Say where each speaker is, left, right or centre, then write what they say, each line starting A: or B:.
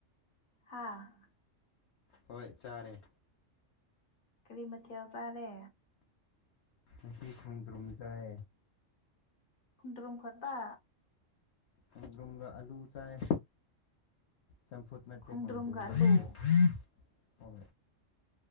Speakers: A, on the left; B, on the left.
A: ꯍꯥꯥ
B: ꯍꯣꯏ ꯆꯥꯔꯦ
A: ꯀꯔꯤ ꯃꯊꯦꯜ ꯆꯥꯔꯦ
B: ꯉ ꯈꯣꯡꯗ꯭ꯔꯨꯝ ꯆꯥꯏ
A: ꯈꯨꯟ꯭ꯔꯨꯝ ꯈꯠꯇ
B: ꯆꯗꯒ ꯑꯥꯂꯨ ꯆꯥꯏꯦ ꯆꯝꯐꯨꯠ ꯅꯠꯇꯦꯛ
A: ꯈꯣꯡꯗ꯭ꯔꯨꯝꯒ
B: ꯈꯣꯡꯗꯨꯝꯕ
A: ꯑꯂꯨ
B: ꯍ